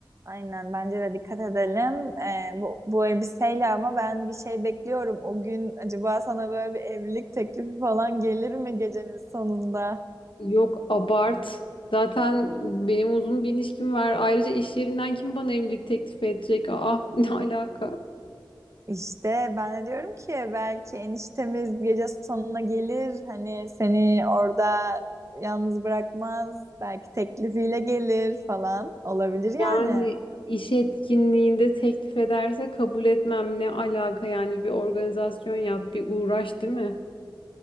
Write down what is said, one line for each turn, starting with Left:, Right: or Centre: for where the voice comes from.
Right: Aynen bence de dikkat edelim. Ee, bu, bu elbiseyle ama ben bir şey bekliyorum. O gün acaba sana böyle bir evlilik teklifi falan gelir mi gecenin sonunda?
Left: Yok abart. Zaten benim uzun bir ilişkim var. Ayrıca iş yerinden kim bana evlilik teklifi edecek? Aa <laughs> ne alaka?
Right: İşte ben de diyorum ki belki eniştemiz gece sonuna gelir hani seni orada yalnız bırakmaz belki teklifiyle gelir falan olabilir
Left: Yani
Right: yani.
Left: iş etkinliğinde teklif ederse kabul etmem ne alaka yani bir organizasyon yap bir uğraş değil mi?